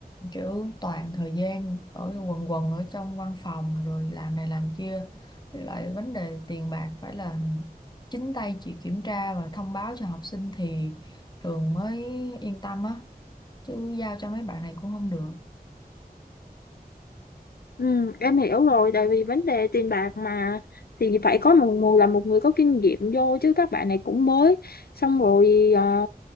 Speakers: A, on the left (about 25°); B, on the left (about 75°).
A: kiểu toàn thời gian ở quần quần ở trong văn phòng rồi làm này làm kia Với lại vấn đề tiền bạc phải là chính tay chị kiểm tra và thông báo cho học sinh thì trường mới yên tâm á chứ giao cho mấy bạn này cũng không được
B: Ừ, em hiểu rồi tại vì vấn đề tiền bạc mà thì phải có một người là một người có kinh nghiệm vô chứ các bạn này cũng mới xong rồi à,